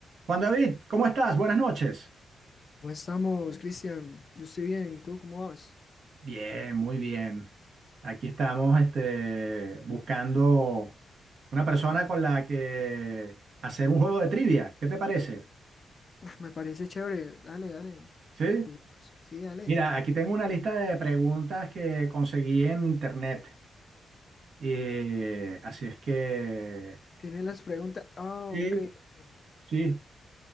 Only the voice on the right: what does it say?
Juan David, ¿cómo estás? Buenas noches.
Bien, muy bien. Aquí estamos este, buscando una persona con la que hacer un juego de trivia. ¿Qué te parece?
¿Sí?
Mira, aquí tengo una lista de preguntas que conseguí en internet. Eh, así es que...
Sí,
sí.